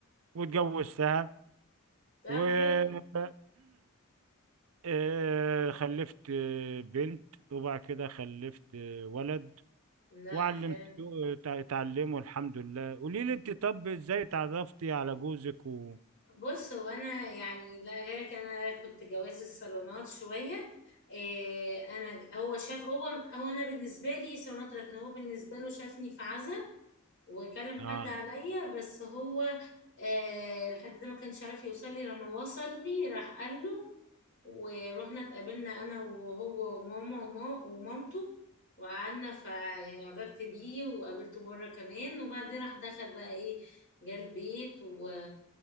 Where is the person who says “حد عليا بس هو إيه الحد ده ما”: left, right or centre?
Left